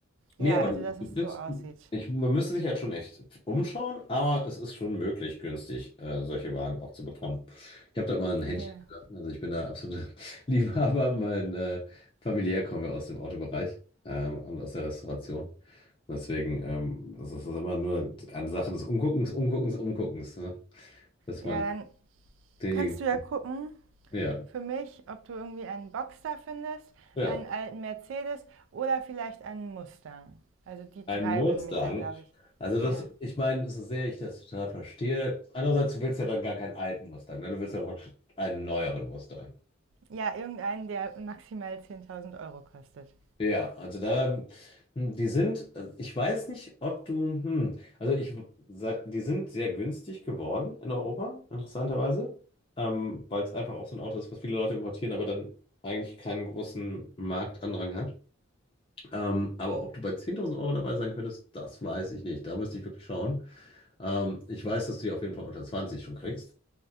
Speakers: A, on the right; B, on the left.
A: Ja,
B: Nee, aber
A: also,
B: du,
A: dass
B: du,
A: es
B: das-
A: so aussieht.
B: ich, man müsste sich halt schon echt umschauen, aber es ist schon möglich, günstig äh, solche Wagen auch zu bekommen. Ich habe da immer ein Händchen
A: Ja.
B: für. Also ich bin da absoluter <laughs> Liebhaber. Mein äh, familiär kommen wir aus dem Autobereich äh, und aus der Restauration. Deswegen ähm, also es ist immer nur eine Sache des Umguckens, Umguckens, Umguckens, ne? Dass
A: Ja,
B: man
A: dann
B: denjenigen.
A: kannst du ja gucken,
B: Ja,
A: Für mich, ob du irgendwie einen Boxster findest,
B: ja.
A: einen alten Mercedes oder vielleicht einen Mustang. Also die
B: Ein
A: drei
B: Mustang.
A: würden mich dann, glaube ich,
B: Also das,
A: ja.
B: ich meine, so sehr ich das total verstehe. Andererseits, du willst ja dann gar keinen alten Mustang, ne? Du willst ja praktisch einen neueren Mustang.
A: Ja, irgendeinen, der maximal 10.000 Euro kostet.
B: Ja, also da, hm, die sind, äh, ich weiß nicht, ob du, hm, also ich, w- sag- die sind sehr günstig geworden in Europa, interessanterweise, ähm, weil es einfach auch so ein Auto ist, was viele Leute importieren, aber dann eigentlich keinen großen Marktandrang hat. Ähm, aber ob du bei 10.000 Euro dabei sein könntest, das weiß ich nicht. Da müsste ich wirklich schauen. Ähm, ich weiß, dass du die auf jeden Fall unter 20 schon kriegst,